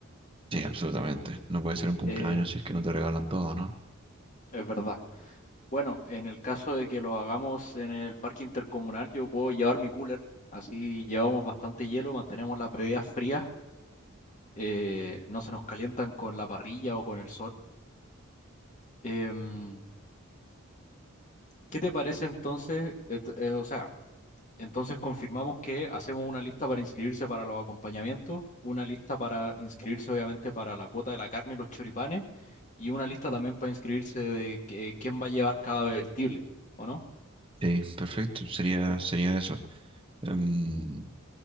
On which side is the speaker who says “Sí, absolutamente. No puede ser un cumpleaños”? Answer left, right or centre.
Right